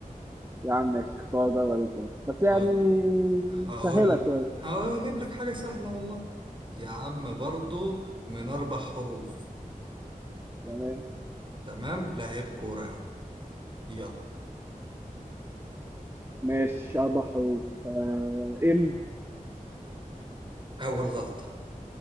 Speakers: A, on the right; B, on the right.
A: يا عم ماشي اختار جرب انت بس بس يعني
B: اه هقول
A: سهلة
B: لك
A: شوية
B: هجيب لك حاجة سهلة والله يا عم برضو من أربع حروف
A: تمام
B: تمام لعيب كورة يا عم يلا
A: ماشي أربع حروف آه إم
B: أول غلطة